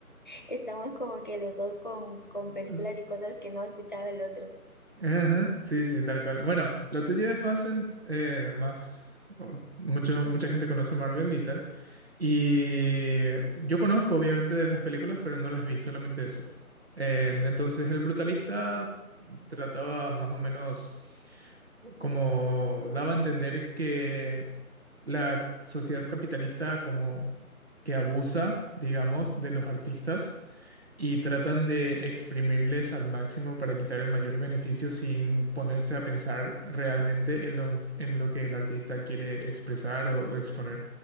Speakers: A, on the left; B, on the right.
A: Estamos como que los dos con, con
B: Mm,
A: películas y cosas que no escuchaba el otro.
B: Ajá, sí, sí, tal cual. Bueno, lo tuyo es más en, eh, más, o- mucho, mucha gente conoce Marvel y tal. Y yo conozco obviamente de las películas, pero no las vi, solamente eso. En- entonces, El Brutalista trataba más o menos como daba a entender que la sociedad capitalista como que abusa, digamos, de los artistas y tratan de exprimirles al máximo para quitar el mayor beneficio sin ponerse a pensar realmente en lo, en lo que el artista quiere expresar o exponer.